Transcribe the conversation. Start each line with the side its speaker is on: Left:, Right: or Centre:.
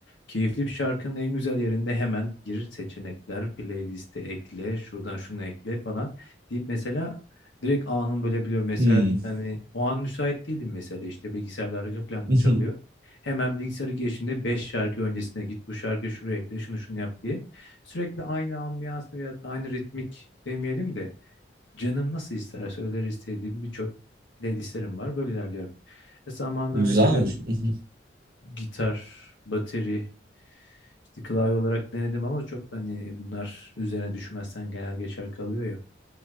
Left: Keyifli bir şarkının en güzel yerinde hemen gir seçenekler, playliste ekle, şuradan şunu ekle falan deyip mesela direkt anın bölebiliyorum. Mesela
Right: Hmm.
Left: hani o an müsait değilim mesela işte bilgisayarda arka planda
Right: <laughs>
Left: çalıyor. Hemen bilgisayarı geçtiğinde 5 şarkı öncesine git bu şarkıyı şuraya ekle şunu şunu yap diye. Sürekli aynı ambiyansı veya da aynı ritmik demeyelim de Canım nasıl isterse öyle istediğim birçok playlistlerim var. Böyle ilerliyorum. E zamanında
Right: Bu güzelmiş.
Left: mesela bir
Right: <laughs>
Left: gitar, bateri, işte klavye olarak denedim ama çok hani bunlar üzerine düşmezsen genel geçer kalıyor ya.